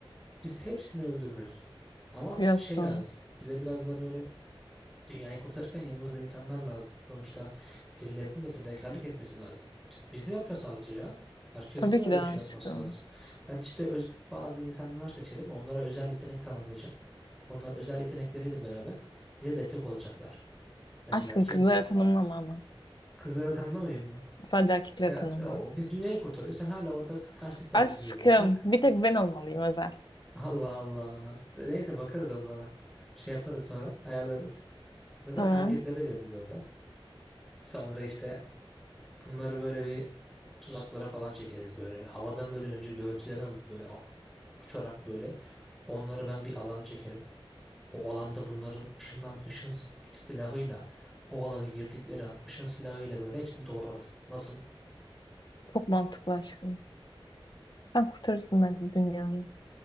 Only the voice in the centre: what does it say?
biz hepsini öldürürüz. Ama
şey lazım. Bize biraz da böyle dünyayı kurtarırken yanımızda insanlar lazım. Sonuçta birilerinin de fedakarlık etmesi lazım. Biz, biz mi yapıyoruz sadece ya? Herkesin
böyle
bir şey
yapması lazım. Ben işte öz, bazı insanlar seçerim. Onlara özel yetenek tanımlayacağım. Onlar özel yetenekleriyle beraber bize destek olacaklar. Mesela
kim
kızları tanımlamayayım mı?
Ya
o biz dünyayı kurtarıyoruz. Sen hala orada kıskançlık derdindesin.
Bırak.
<laughs> Allah Allah. Neyse bakarız onlara. Şey yaparız sonra ayarlarız. Zaten
erkeklere veririz orada. Sonra işte bunları böyle bir tuzaklara falan çekeriz böyle. Havadan böyle önce görüntülerini alıp böyle o- uçarak böyle onları ben bir alana çekerim. O alanda bunların ışından ışın s- silahıyla o alana girdikleri an ışın silahıyla böyle hepsini doğrarız. Nasıl?